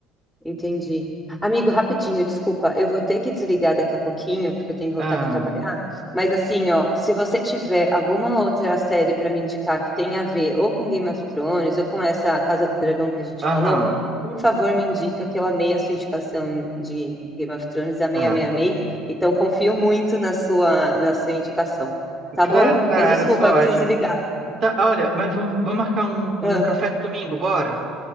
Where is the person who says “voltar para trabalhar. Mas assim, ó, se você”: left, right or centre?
Centre